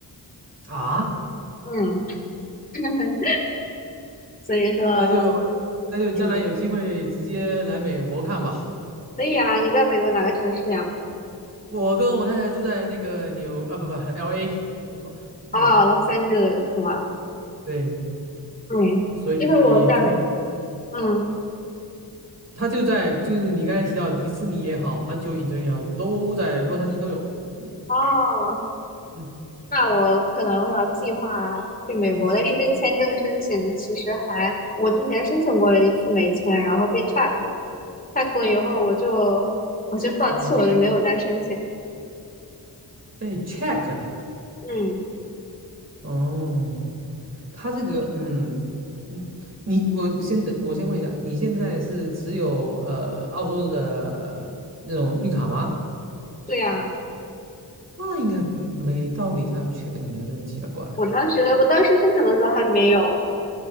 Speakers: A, on the right; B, on the left.
A: 啊，
B: 嗯，<laughs> 所以说，
A: 那就那就将来有机会直接来美国看吧。
B: 嗯，可以啊。你在美国哪个城市呀、
A: 我跟我太太住在那个纽啊不不 LA，说错了，
B: 啊？
A: 嗯
B: 哦，洛杉矶是吗？
A: 对，
B: 嗯，
A: 所以可以。
B: 因为我在，嗯，
A: 它就在就是你刚才提到迪士尼也好，环球影城也好，都在洛杉矶都有。嗯
B: 哦，
A: 嗯
B: 那我可能会要计划去美国，但是这签证申请其实还，我之前申请过一次美签，然后被 check 了，check 了以后我就我就放弃，
A: 嗯，
B: 我就没有再申请。
A: 被 check 了。
B: 嗯，
A: 哦，它这个嗯嗯，你我先等我先问一下，你现在是持有呃澳洲的那种绿卡吗？
B: 对呀，
A: 那应该不没道理，他要 check 你啊，真的奇了怪。
B: 我当时我当时申请的时候还没有，